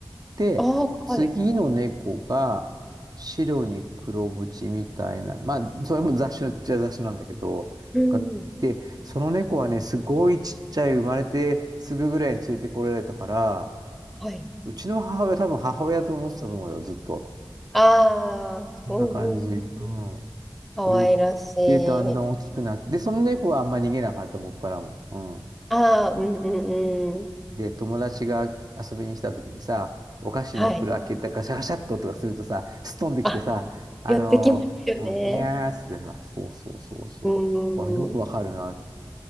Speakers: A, on the right; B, in the centre.
A: で、
B: ああ、
A: 次の猫が白に黒縁みたいな、
B: はい。
A: まあ、それも雑種っちゃ雑種なんだけど、
B: うん。
A: がで、その猫はね、すごいちっちゃい、生まれてすぐぐらいに連れてこられたから、
B: はい。
A: うちの母親、多分母親と思ってたと思うよ、ずっと。
B: ああ、
A: そんな感じ。
B: うんうんうん。
A: うん。それ
B: かわいらしい。
A: でだんだん大きくなって、で、その猫はあんま逃げなかった、僕からも。うん。
B: ああ、うんうんうん。
A: で、友達が遊びに来た時にさ、お菓子の袋開けたガシャガシャっととかするとさ、
B: はい。
A: すっ飛んできてさ、
B: あ、
A: あのー、
B: 寄ってきますよね。
A: うん、にゃーっつってさ、そうそうそうそう。
B: うん。
A: わ、よくわかるなっ